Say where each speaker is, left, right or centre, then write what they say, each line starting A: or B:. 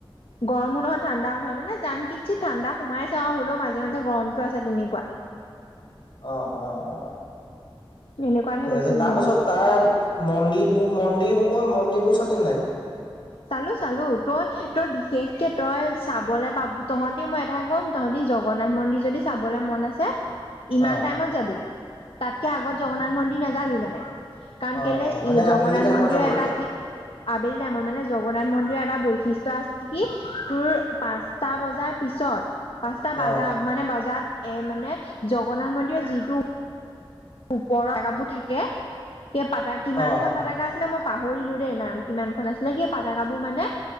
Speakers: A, on the left; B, on the left.
A: গৰমো নহয়। ঠাণ্ডাও নহয়, মানে জান কিন্ঞ্ছত ঠাণ্ডা সোমাইছে, আৰু হলেও মাজে মাজে গৰমটো আছে। তেনেকুৱা
B: অ', অ, অ,
A: এনেকুৱাতহে
B: ঠিক
A: গৈছিলো
B: আছে। তাৰ পাছত
A: অ
B: তাৰ মন্দিৰবোৰ মন্দিৰবোৰ ক মন্দিৰ বোৰ চালি নে নাই?
A: চালো চালো তই তই বিশেষকে তই চাবলৈ পাব তহঁতিক মই এটাই ক'ম তহঁতিৰ জগন্নাথ মন্দিৰ যদি চাবলৈ মন আছে। ইমান
B: অ',
A: টাইমত যাবি তাতকে আগত জগন্নাথ মন্দিৰ নাযাবি মানে কাৰণ
B: অ',
A: কেলে
B: অ', মানে
A: ই জগন্নাথ
B: আবেলি টাইমত
A: মন্দিৰ
B: যাব
A: এটা
B: লাগে।
A: আবেলি টাইমৰ মানে জগন্নাথ মন্দিৰ এটা বৈশিষ্ট্য আছে কি তোৰ পাঁচটা বজাৰ পিছত- পাঁচটা বজা-বজাত
B: অ',
A: মানে এ মানে জগন্নাথ মন্দিৰৰ যিটো- ওপৰৰ পটকাবোৰ থাকে, এ পা কিমান
B: অ',
A: খন পটকা আছিলে মই- পাহৰিলো দেই নাম কিমান খন আছিলে। সেই পাতাকাবোৰ মানে-